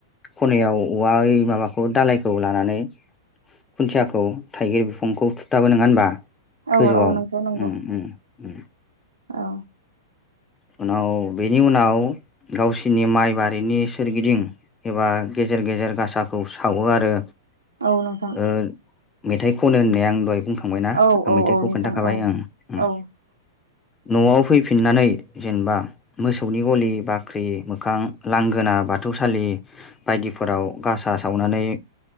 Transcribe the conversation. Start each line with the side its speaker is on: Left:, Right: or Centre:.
Left: खनायाव औवा माबाखौ दालायखौ लानानै खुन्थियाखौ थाइगिर बिफांखौ थुरथाबो नंङा होनबा?
Right: औ
Left: गोजौआव
Right: औ नोंथां नंगौ
Left: उम उम
Right: औ।
Left: उनाव बेनि उनाव गावसिरनि माइ बारिनि सोरगिदिं एबा गेजेर गेजेर गेजेर गासाखौ सावो आरो।
Right: औ नोंथां।
Left: ओ मेथाइ खनो होननाय आं दहाय बुंखांबायना
Right: औ
Left: आं
Right: औ
Left: मेथाइखौ
Right: औ नोंथां
Left: खोन्थाखाबाय
Right: औ
Left: ओं ओं
Right: औ
Left: न'आव फैफिननानै जेनेबा मोसौनि गलि बा बाख्रि मोखां लांगोना बाथौसालि बायदिफोराव गासा सावनानै